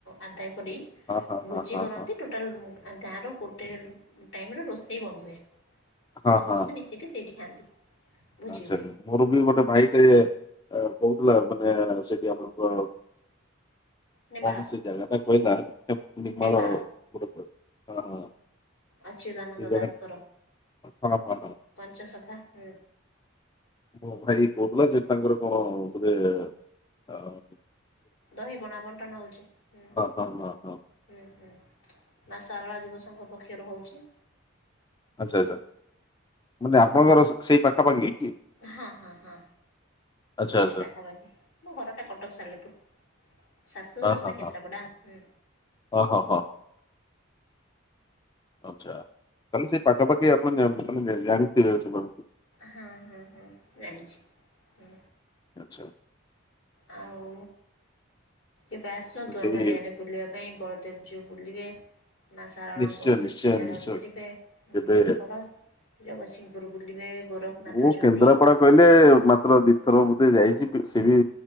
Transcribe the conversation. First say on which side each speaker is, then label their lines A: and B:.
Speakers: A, on the left; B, on the left.
A: ଆଦାୟ କରି
B: ହଁ ହଁ
A: ଭୋଜି
B: ହଁ ହଁ
A: କରନ୍ତି
B: ହଁ
A: ଟୋଟାଲ ଗାଁର ଗୋଟେ ଟାଇମ୍ ର ରୋଷେଇ ବନ୍ଦ ହୁଏ
B: ହଁ
A: ସମସ୍ତେ
B: ହଁ।
A: ମିଶିକି ସେଇଠି ଖାଆନ୍ତି। ଭୋଜି
B: ଆଚ୍ଛା
A: ହୁଏ
B: ଆଚ୍ଛା ମୋର ବି ଗୋଟେ ଭାଇଟେ ଏ କୋହୁ ହେଲା ମାନେ ସେଠି ଆପଣଙ୍କ
A: ନେମାଳ
B: କଣ ସେ ଜାଗାଟା କହିଲା <unintelligible>
A: ନେମାଳ ଅଚ୍ୟୁଦାନନ୍ଦ
B: ସେ ଜଣେ
A: ଦାସଙ୍କର
B: ହଁ ହଁ ହଁ
A: ପଞ୍ଚସଖା ହୁଁ।
B: ମୋ ଭାଇ କୋହୁଥିଲା ଯେ ତାଙ୍କର କଣ ବୋଧେ ଆଂ
A: ଦହି ପଣା ବଣ୍ଟନ ହୋଉଚି ହୁଁ।
B: ହଁ ହଁ ହଁ
A: ହୁଁ ହୁଁ ମା ସାରଳା ଯୁବ ସଂଘ ପକ୍ଷରୁ ହୋଉଚି।
B: ଆଚ୍ଛା ଆଚ୍ଛା ମାନେ ଆପଣଙ୍କର ସେ-ସେଇ ପାଖାପାଖି? କି
A: ହଁ, ହଁ, ହଁ,
B: ଆଚ୍ଛା
A: ସେଇ
B: ଆଚ୍ଛା
A: ପାଖାପାଖି ମୋ ଘରଟା କଟକ ସାଲେପୁର। ଶାଶୁଘର
B: ହଁ
A: ସିନା
B: ହଁ
A: କେନ୍ଦ୍ରାପଡ଼ା
B: ହଁ
A: ହୁଁ।
B: ହଁ ହଁ ହଁ ଆଚ୍ଛା, ତାହେଲେ ସେ ପାଖାପାଖି ଆପଣ ଜାଣି ମାନେ ଜାଣିଥିବେ ସେମାନଙ୍କୁ।
A: ହଁ, ହଁ, ହଁ, ଜାଣିଛି ।
B: ଆଚ୍ଛା
A: ଆଉ ଏବେ ଆସନ୍ତୁ
B: ତ ସେଇ
A: ଆମର ଇଆଡେ ବୁଲିବା ପାଇଁ ବଳଦେବ ଜୀଉ। ବୁଲିବେ। ମା ଶାରଳାଙ୍କ
B: ନିଶ୍ଚୟ, ନିଶ୍ଚୟ,
A: ଜାଗା
B: ନିଶ୍ଚୟ,
A: ବୁଲିବେ
B: କେବେ
A: ଝଙ୍କଡ଼ ଜଗତସିଂହପୁର ବୁଲିବେ ଗୋରଖନାଥ
B: ମୁଁ
A: ଅଛନ୍ତି
B: କେନ୍ଦ୍ରାପଡା କହିଲେ ମାତ୍ର ଦିଥର ବୋଧେ ଯାଇଛି କିଛି ବି